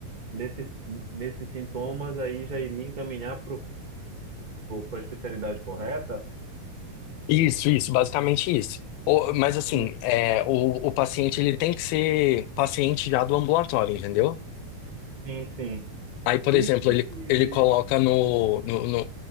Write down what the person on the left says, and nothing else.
Isso, isso, basicamente isso. O- mas assim,
é, o, o paciente ele tem que ser paciente já do ambulatório, entendeu?
Aí, por
exemplo,
ele, ele coloca no, no, no-